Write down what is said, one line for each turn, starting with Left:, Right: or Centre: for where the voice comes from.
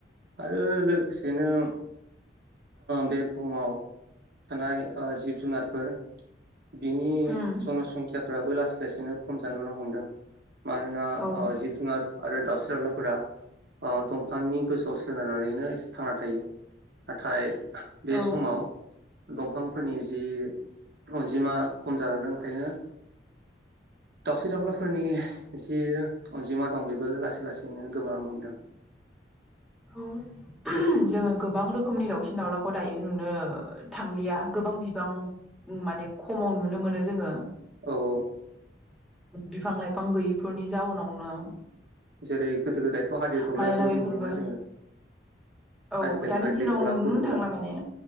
Right: आरो लोगोसेनो बे बुहुमाव थानाय जिब -जुनारफोर बिनि
Centre: उम
Right: जनसंख्याफ्राबो लासै- लासैनो खम जानानैनो हमदों मानोना
Centre: औ
Right: ओ जिब -जुनार आरो दाउस्रि - दावउलाफोरा दंफांनि गोजौआव सोनारनानैनो एसे थांना थायो नाथाय बे
Centre: औ
Right: समाव दंफांफोरनि जि अनजिमा खम जालांदों ओंखायनो दावसिन -दाउलाफोरनि जि अनजिमा दं बेबो लासै -लासैनो गोमोरलांनो हमदों
Centre: औ जोङो गोबां रोखोमनि दाउसिन -दाउलाखौ दायो नुनो थांलिया गोबां बिबां माने खमाव नुनो मोनो जोङो
Right: औ -औ
Centre: बिफां -लाइफां गैयिफोरनि जाउनावनो
Right: जेरै गोदो -गोदायथ' हादिदग्ला
Centre: मानोना
Right: जोबोद
Centre: बेफोरबो
Right: नुयोमोन जोङो
Centre: औ
Right: आजिखालि
Centre: दानि
Right: हादिर
Centre: दिनाव
Right: थग्लाखौबो
Centre: नुनो
Right: नुला
Centre: थांला माने